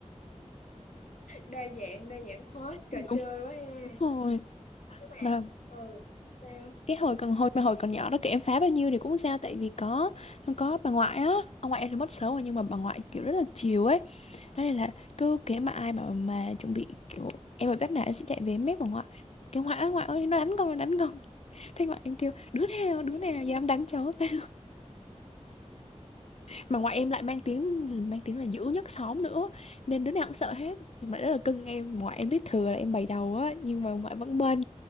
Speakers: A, on the left; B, on the left.
A: Đa dạng, đa dạng hết, trò
B: <laughs>
A: chơi quá ha.
B: Đúng rồi
A: nhưng mà
B: mà
A: ừ sao
B: cái hồi còn hồi mà hồi còn nhỏ đó kiểu em phá bao nhiêu thì cũng không sao tại vì có có bà ngoại á ông ngoại em thì mất sớm rồi nhưng mà bà ngoại kiểu rất là chiều ấy đó nên là cứ kể mà ai mà mà chuẩn bị kiểu em ở bếp nào em sẽ chạy về em mép bà ngoại cái ngoại ơi ngoại ơi nó đánh con nó đánh con thế ngoại em kêu đứa nào
A: <laughs>
B: đứa nào dám đánh cháu tao mà ngoại em lại mang tiếng mang tiếng là dữ nhất xóm nữa nên đứa nào cũng sợ hết nhưng mà rất là cưng em ngoại em biết thừa là em bày đầu á nhưng mà ngoại vẫn bênh